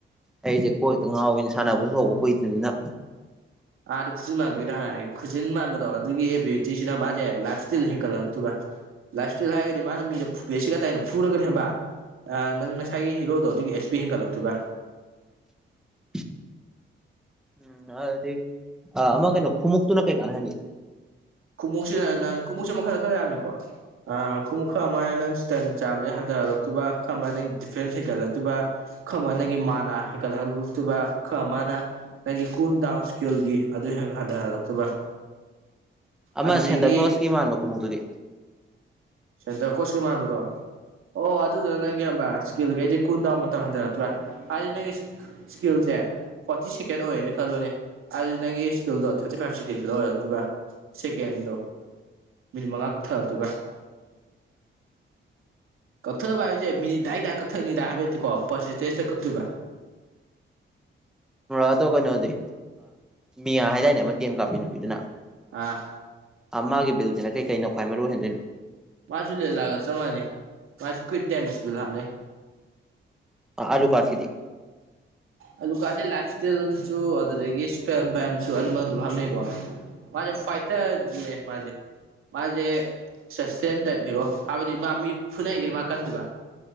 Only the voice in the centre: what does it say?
ꯑꯩꯁꯦ ꯀꯣꯏꯇ ꯉꯥꯎꯋꯤꯅ ꯁꯥꯟꯅꯕꯁꯨ ꯍꯧꯕ ꯀꯨꯏꯗ꯭ꯅꯤꯅ
<inaudible> ꯎꯝ ꯑꯗꯨꯗꯤ ꯑ ꯑꯃ ꯀꯩꯅꯣ ꯈꯨꯃꯨꯛꯇꯨꯅ ꯀꯩꯀꯥꯥꯟꯅ ꯍꯥꯟꯒ‌ꯦ
ꯑꯃ
ꯁꯦꯟꯗꯀ꯭ꯂꯣꯁꯀꯤ ꯃꯥꯟꯕ ꯈꯣꯡꯎꯇꯨꯗꯤ
ꯑꯗꯣ ꯀꯩꯅꯣꯗꯤ ꯃꯤꯌꯥ ꯍꯥꯏꯗꯥꯏꯅꯦ ꯑꯃ ꯇꯦꯟ ꯀꯥꯞꯄꯤ ꯅꯨꯄꯤꯗꯨꯅ
ꯑ ꯃꯥꯒꯤ ꯕꯤꯜꯁꯤꯅ ꯀꯩꯀꯩꯅꯥ ꯈ꯭ꯋꯥꯏ ꯃꯔꯨ ꯑꫭꯏꯍꯦꫪꯟꯗꯣꯏꯅꯣ
ꯑ ꯑꯂꯨ ꯀꯥꯠꯀꯤꯗꯤ